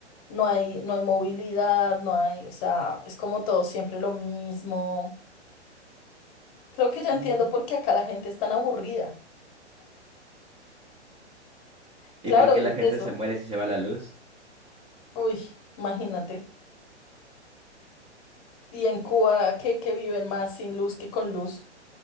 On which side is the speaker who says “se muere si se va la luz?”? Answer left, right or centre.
Right